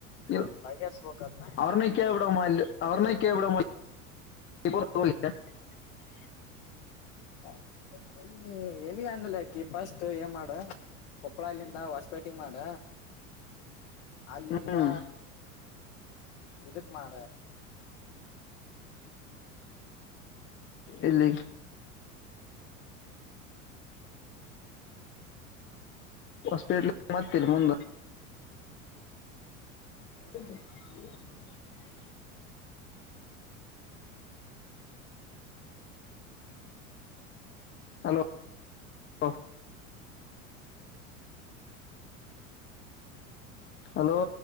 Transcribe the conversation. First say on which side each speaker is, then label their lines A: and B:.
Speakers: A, on the left; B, on the left.
A: ಇ
B: ಬಗೆಹರಿಸಬೇಕು ಅದನ್ನ
A: ಅವ್ರನ ಕೇಳಿ ಬಿಡಮ
B: ಅದ
A: ಅವ್ರನ ಕೇಳಿಬಿಡಮಾ. <unintelligible>
B: ಹ ಎಲ್ಲಿ ಎಲ್ಲಿ ಅಂದ್ರಲೆ ಯಾಕಿ ಪಸ್ಟ್ ಏನ್ ಮಾಡ. ಕೊಪ್ಪಳ ಇಲ್ಲಿಿಂದ ಹೊಸಪೇಟೆಗ ಮಾಡ. ಅಲ್ಲಿಂದ
A: ಹ್ಮ್
B: ಇದಕ್ ಮಾಡ.
A: ಇಲ್ಲಿ ಹಾಸ್ಪಿಟಲ್ ಮತ್ತ ಮುಂದ. ಹ <unintelligible>
B: <inaudible>
A: ಹಲೋ ಹಲೋ